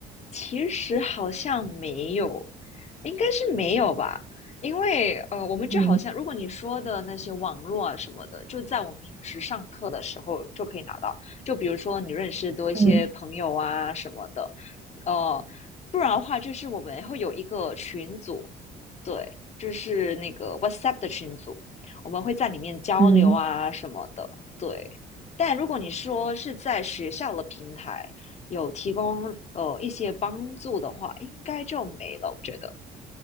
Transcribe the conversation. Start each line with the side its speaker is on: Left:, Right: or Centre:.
Left: 其实好像没有，应该是没有吧。因为呃，我们就好像如果你说的那些网络啊什么的，
Right: 嗯
Left: 就在我们平时上课的时候就可以拿到。就比如说你认识多一些朋友啊什么的，
Right: 嗯
Left: 呃，不然的话就是我们会有一个群组，对，就是那个 WhatsApp 的群组，我们会在里面交流啊什么的。
Right: 嗯
Left: 对，但如果你说是在学校的平台有提供呃一些帮助的话，应该就没了，我觉得，